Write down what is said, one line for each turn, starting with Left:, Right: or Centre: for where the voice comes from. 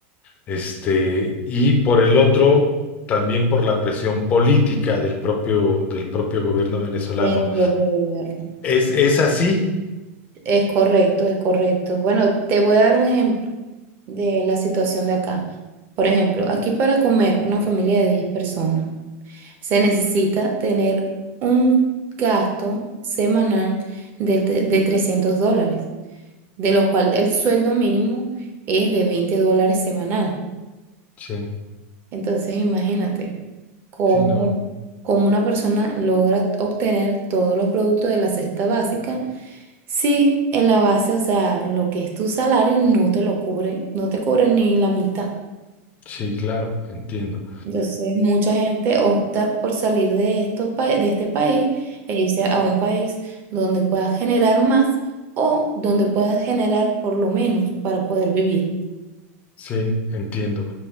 Left: este, y por el otro, también por la presión política del propio, del propio gobierno venezolano.
Right: del propio gobierno.
Left: ¿Es, es así?
Right: Es correcto, es correcto. Bueno, te voy a dar un ejemplo de la situación de acá. Por ejemplo, aquí para comer una familia de 10 personas se necesita tener un gasto semanal del te- de, 300 dólares, de lo cual el sueldo mínimo es de 20 dólares semanal.
Left: Sí,
Right: Entonces, imagínate cómo,
Left: sí, no,
Right: cómo una persona logra obtener todos los productos de la cesta básica Sí, en la base, o sea, lo que es tu salario no te lo cubre, no te cubre ni la mitad.
Left: sí, claro, entiendo,
Right: Entonces, mucha gente opta por salir de estos pa- de este país e irse a un país donde puedas generar más o donde puedas generar por lo menos para poder vivir.
Left: sí, entiendo.